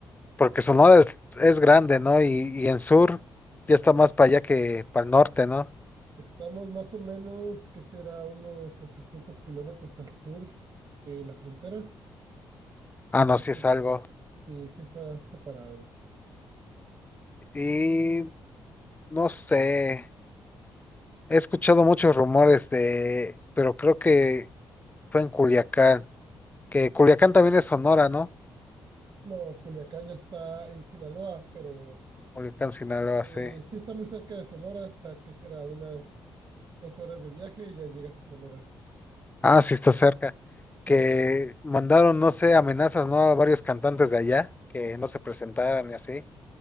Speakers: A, on the left; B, on the right.
A: porque Sonora es, es grande, ¿no? Y, y en sur ya está más para allá que para el norte, ¿no?
B: Estamos más o menos, que será unos 800 kilómetros al sur de la frontera.
A: Ah, no,
B: Así
A: sí es
B: que
A: algo.
B: sí está separado.
A: Y no sé, he escuchado muchos rumores de, pero creo que fue en Culiacán, que Culiacán también es Sonora, ¿no?
B: No, Culiacán ya está en Sinaloa, pero
A: Culiacán, Sinaloa,
B: eh,
A: sí.
B: sí está muy cerca de Sonora, hasta que será unas dos horas de viaje y ya llegas a Sonora.
A: Ah, sí, está cerca.
B: Sí,
A: Que mandaron, no sé, amenazas, ¿no? A varios cantantes de allá que no se presentaran y así.